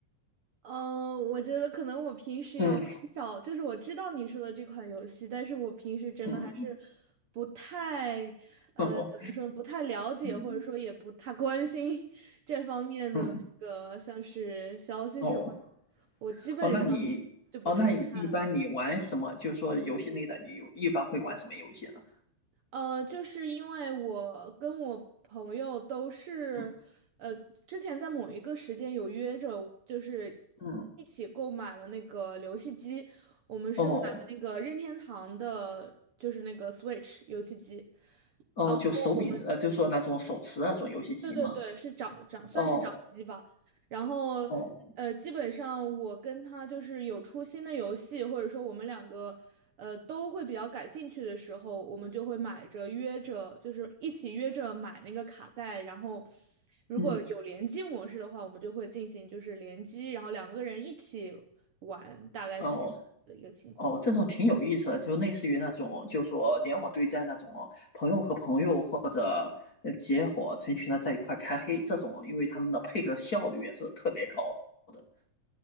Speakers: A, on the right (about 60°); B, on the left (about 35°).
A: 嗯，我觉得可能我平时有很少，
B: 嗯
A: 就是我知道你说的这款游戏，但是我平时真的还是
B: 嗯，
A: 不太，呃，
B: <laughs> 哦
A: 怎么说，不太了解，
B: 嗯。
A: 或者说也不太关心 <laughs> 这方面的那个像是消息什么的，
B: 嗯，哦
A: 我基本上
B: 哦，那你哦，
A: 就不太看。
B: 那你一般你玩什么？就是说游戏类的，你有一般会玩什么游戏呢？
A: 呃，就是因为我跟我朋友都是，
B: 嗯
A: 呃，之前在某一个时间有约着，就是
B: 嗯，
A: 一起购买了那个游戏机，我们是买的那个任天堂的，
B: 哦
A: 就是那个 Switch 游戏机。
B: 哦，
A: 然后我们。
B: 就手柄呃，就说那种手持那种游戏机嘛。
A: 对对对，是长长算是掌机吧。
B: 哦
A: 然后，
B: 哦，
A: 呃，基本上我跟他就是有出新的游戏，或者说我们两个，呃，都会比较感兴趣的时候，我们就会买着约着，就是一起约着买那个卡带。然后，如果有联机模式的话，
B: 嗯
A: 我们就会进行就是联机，然后两个人一起玩，大概是这样的一个情况。
B: 哦哦，这种挺有意思的，就类似于那种就是说联网对战那种朋友和朋友或者呃结伙成群的在一块开黑这种，因为他们的配合效率也是特别高的。